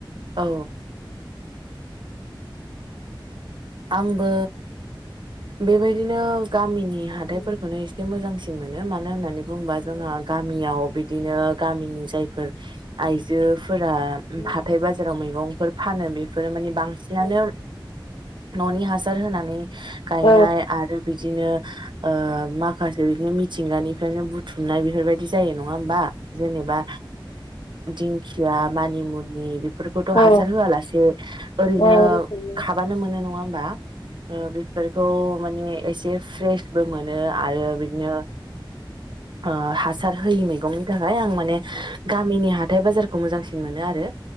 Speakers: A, on the right (about 65°); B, on the left (about 75°).
A: औ। आंबो बेबायदि नो गामिनि हाथाइफोरखौनो
B: उम
A: एसे मोजांसिन मोनो मानो होननानै बुंबा
B: उम
A: जोंङो गामियाव बिद दिनो गामिनि जायफोर आइजो फोरा‌
B: उम
A: हाथाय बाजाराव मैगं फोर फानो बेफोर माने बांसिनानो
B: उम
A: न'नि हासार होनानै गायनाय
B: औ
A: आरो बिदिनो ओ माखासे बिदिनो मिथिंगानि फ्रायनो बुथुमनाय बेफोरबायदि जायो नङा होमबा जेनेबा दिंखिया, मानिमुनि बेफ फोरखौथ'
B: औ
A: हासार होआलासे ओरैनो
B: औ औ
A: खाबानो मोनो नङा होनबा ओ बेफोर खौ माने एसे फ्रेस बो मोनो आरो बिदिनो ओ हासार होयि मैगंनि थाखाय आं माने गामिनि हाथाइ बाजार खौ मोजांसिन मोनो आरो